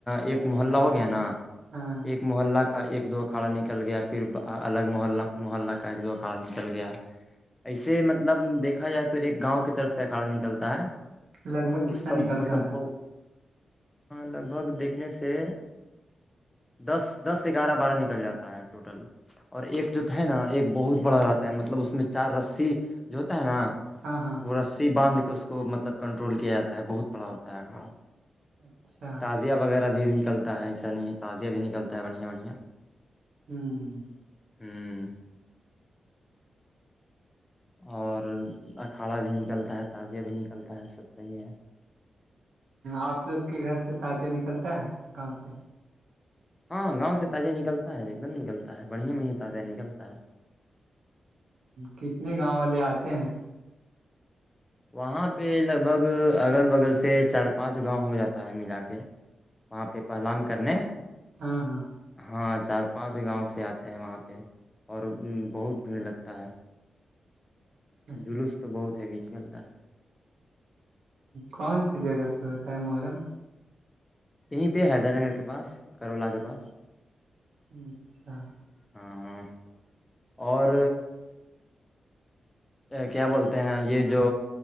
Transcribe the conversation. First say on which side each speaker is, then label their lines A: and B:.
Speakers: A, on the left (about 15°); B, on the right (about 80°).
A: ایک محلہ ہو گیا نا
B: ہاں
A: ایک محلہ کا ایک دو اکھھاڑا نکل گیا پھر الگ محلہ محلہ کا ایک دو اکھھاڑا نکل گیا ایسے مطلب دیکھا جائے تو ایک گاؤں کی طرف سے کھڑا نکلتا ہے
B: لگ
A: وہ
B: بھگ کتنا
A: سب
B: نکلتا
A: مطلب
B: ہے
A: بت لگ بھگ دیکھنے سے دس دس گیارہ بارہ نکل جاتا ہے ٹوٹل اور ایک جو تو ہے نا ایک بہت بڑا رہتا ہے مطلب اس میں چار رسی جو ہوتا ہے نا
B: ہاں ہاں
A: رسیی بدھ کے اس کو مطلب کنٹرول کیا جاتا ہے بہت پڑا ہوتا ہے کھڑا
B: اچھا
A: تازیہ وغیرہ بھی نلتا ہے ایسا نہیں ہے تازیہ بھی نکلتا ہے بڑھیا بڑھیا
B: ہوں
A: ہوں اور اکھاڑا بھی نکلتا ہے تازیہ بھی نکلتا ہے سب صحیح ہے
B: آپ لوگ کے گھر سے تجہ نکلتا ہے گاؤں سے
A: ہاں گاؤں سے تازہ نکلتا ہے ایک دم نکلتا ہے بڑھیا بڑھیا تازہ نکلتا ہے
B: کتنے گاؤں والے آتے ہیں
A: وہاں پہ لگ بھگ اگل بگل سے چار پانچ گاؤں ہو جاتا ہے ملا کے وہاں پہ پہلام کرنے
B: ہاں ہاں
A: ہاں چار پانچ گاؤں سے آتے ہیں وہاں پہ اور بہت بھیڑ لگتا ہے
B: اچھا
A: جلوس تو بہت ہے بھی نکلتا ہے
B: کون سی جگہ پہ ہوتا ہے محرم
A: یہیں پہ حیدر نگر کے پاس کرولا کے پاس
B: اچھا
A: ہاں ہاں اور کیا بولتے ہیں یہ جو